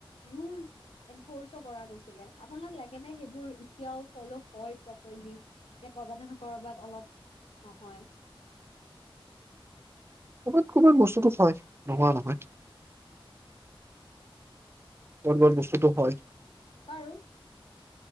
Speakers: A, on the left; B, on the right.
A: ৰুলছ এনফৰ্চো কৰা গৈছিলে, আপোনাক লাগে নে সেইবোৰ এতিয়াও ফ'ল হয় প্ৰপাৰলি? নে ক'ৰবাত নহয় ক'ৰবাত অলপ নহয়!
B: ক'ৰবাত, ক'ৰবাত বস্তুতো হয়। নোহোৱা নহয়! ক'ৰবাৰ বস্তুটো হয়।
A: বাৰু